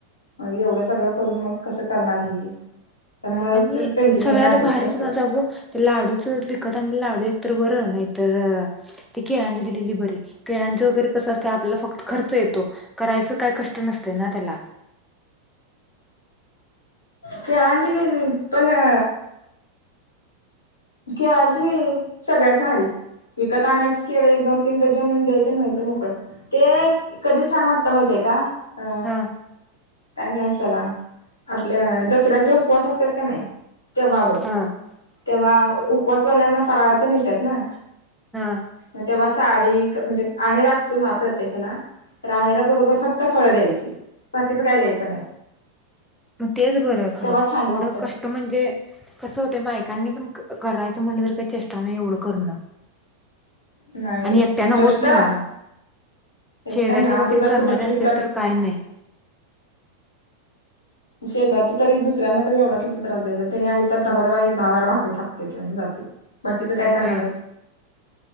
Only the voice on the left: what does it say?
मग एवढं सगळं करून, मग कसं करणार ही. त्यामुळे
त्यांचे
त्यांनी ऍडजस्ट
करतात
केळांची देदे पण अ केळाची सगळ्यात भारी. विकत आणायच केळ एक दोन-तीन डजन अन द्यायच न व्हायचं मोकळं ते कधी छान वाटतं माहितीय का-अ
काम नसत्याला आपल्या दसऱ्यातले उपवास असत्यात काने तेव्हा बघ.
तेव्हा उपवासवाल्यांना फराळाचं नेतात ना
मग तेव्हा साडी क म्हणजे आहेर असतोच हा प्रत्येक हेला राहेरा बरोबर फक्त फळं द्यायची. बाकीचं काय द्यायचं नाही.
तेव्हा छान
वाटत
नाही
चेष्टा
एकट्या
ना असं
जर
कुठं ट्रिपला
शेजारची तरी दुसऱ्यांना तरी एवढा किती त्रास द्यायचा, त्यानी आली तर धबा-धबा एक दहा-बारा भाकरी थापतेता आणि जातेत. बाकीच काय करणार
आहेत?